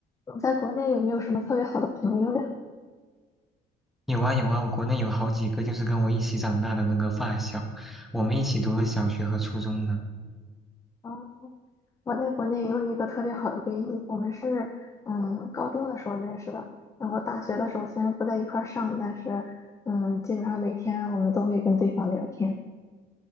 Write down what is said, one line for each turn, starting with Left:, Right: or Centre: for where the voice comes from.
Left: 我在国内有没有什么特别好的朋友呀？
Centre: 有啊有啊，我国内有好几个就是跟我一起长大的那个发小，我们一起读了小学和初中呢。
Left: 嗯，我在国内也有一个特别好的闺蜜，我们是嗯高中的时候认识的，然后大学的时候虽然不在一块儿上，但是嗯基本上每天我们都会跟对方聊天。